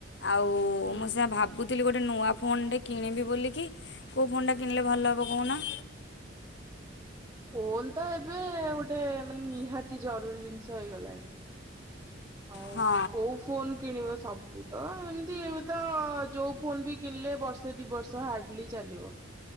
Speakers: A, on the left (about 60°); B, on the right (about 15°).
A: ଆଉ
B: ହୁଁ
A: ମୁଁ ସେ ଭାବେ ଭାବୁଥିଲି ଗୋଟେ ନୂଆ ଫୋନଟେ କିଣିବି ବୋଲିକି କେଉଁ ଫୋନ୍ଟା କିଣିଲେ ଭଲ ହେବ କହୁନ।
B: ଫୋନ ତ ଏବେ ଗୋଟେ ମାନେ ନିହାତି ଜରୁରୀ ଜିନିଷ ହେଇଗଲାଣି। ଆଉ
A: ହଁ
B: କୋଉ। ଫୋନ କିଣିବ ସବୁ ତ ଏମିତି ଏବେ ତ ଯୋଉ ଫୋନ ବି କିଣିଲେ ବର୍ଷେ। ସେ ଦି ବର୍ଷ ହାର୍ଡଲି ଚାଲିବ